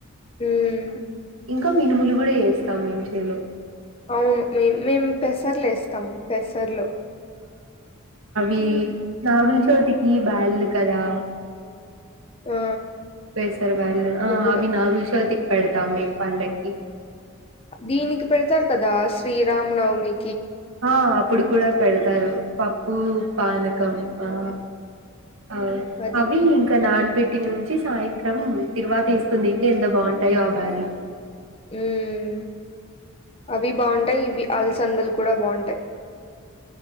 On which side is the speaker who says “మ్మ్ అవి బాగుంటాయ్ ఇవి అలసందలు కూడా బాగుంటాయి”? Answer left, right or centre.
Left